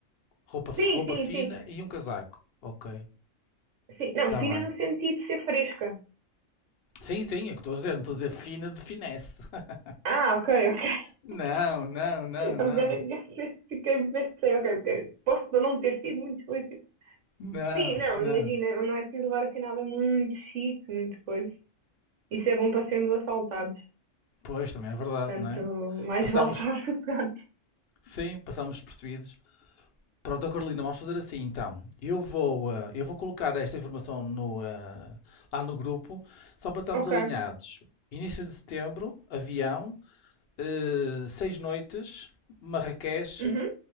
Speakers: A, on the left (about 60°); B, on the right (about 70°).
A: Roupa,
B: Sim,
A: roupa
B: sim,
A: fina
B: sim.
A: e um casaco. Ok,
B: Sim, não,
A: está
B: fina
A: bem.
B: no sentido de ser fresca.
A: Sim, sim, é o que estou a dizer, não estou a dizer fina de finesse. <laughs>
B: Ah, ok, <laughs> ok.
A: Não, não, não,
B: Orgânica,
A: não,
B: fiquei, pensei, ok, ok. Posso não ter sido muito explícito.
A: não,
B: Sim, não,
A: não.
B: imagina, não é preciso levar assim nada muito chique, muito coisa. Isso é bom para sermos assaltados.
A: Pois, também é verdade,
B: Portanto,
A: não é?
B: mais
A: Passámos,
B: vale estar <laughs> sossegados.
A: sim, passámos percebidos. Pronto, ó Carolina, vamos fazer assim então. Eu vou, eh, eu vou colocar esta informação no, eh, lá no grupo, só para estarmos
B: Ok.
A: alinhados. Início de setembro, avião, eh, seis noites, Marrakech,
B: Uhum,